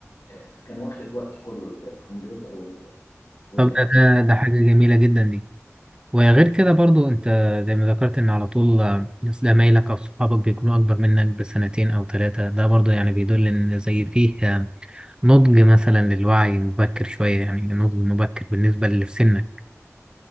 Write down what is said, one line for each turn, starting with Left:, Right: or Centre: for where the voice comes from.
Left: آه، فكان واخد وقتي كله ال- الكمبيوتر واللعب
Right: طب ده ده ده حاجة جميلة جدا دي وغير كده برضو أنت زي ما ذكرت إن على طول آه، زمايلك أو صحابك بيكونوا أكبر منك بسنتين أو ثلاثة ده برضو يعني بيدل إن زي فيه آه، نضج مثلا للوعي مبكر شوية يعني نضج مبكر بالنسبة للي في سنك